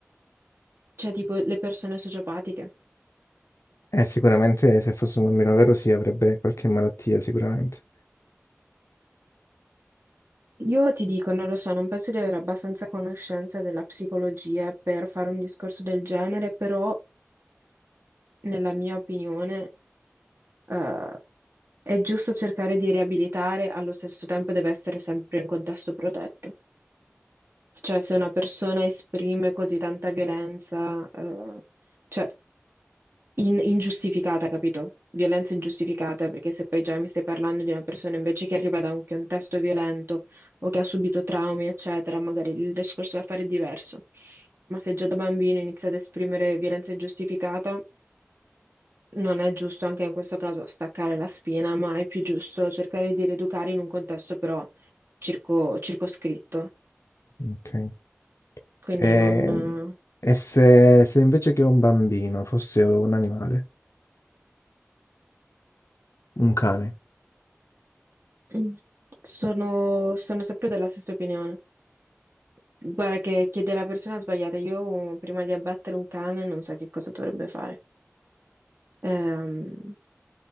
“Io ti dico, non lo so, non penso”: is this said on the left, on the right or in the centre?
Right